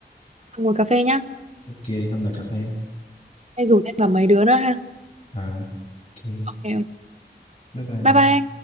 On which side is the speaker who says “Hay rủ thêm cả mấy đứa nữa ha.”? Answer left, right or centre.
Right